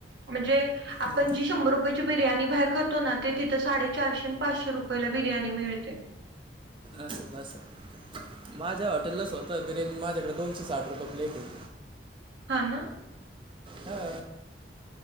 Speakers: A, on the right; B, on the right.
A: म्हणजे आपण
B: हम्म.
A: जी शंभर रुपयाची बिर्याणी बाहेर खातो ना ते तिथं साडे चारशे आणि पाचशे रुपय पहिले बिर्याणी मिळते
B: असेल असेल. माझ्या हॉटेललाच होतं बिर्याणी. माझ्याकडे दोनशे साठ रुपये प्लेट आहे.
A: हा ना.
B: हा.